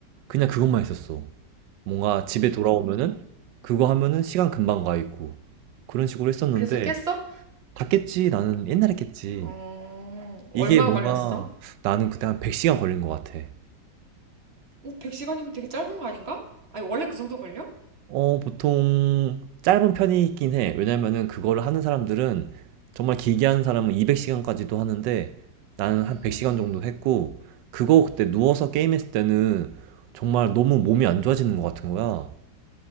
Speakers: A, on the right; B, on the right.
A: 그냥 그것만 했었어. 뭔가 집에 돌아오면은 그거 하면은 시간 금방 가 있고 그런 식으로 했었는데
B: 그래서 깼어?
A: 다 깼지. 나는 옛날에 깼지.
B: 어, 얼마
A: 이게 뭔가
B: 걸렸어?
A: 나는 그때 한 100시간 걸린 것 같아.
B: 어, 100시간이면 되게 짧은 거 아닌가? 아니, 원래 그 정도 걸려?
A: 어, 보통 짧은 편이긴 해. 왜냐면은 그거를 하는 사람들은 정말 길게 하는 사람은 200시간까지도 하는데 나는
B: 음,
A: 한 100시간 정도 했고 그거 그때 누워서 게임했을 때는 정말 너무 몸이 안 좋아지는 것 같은 거야.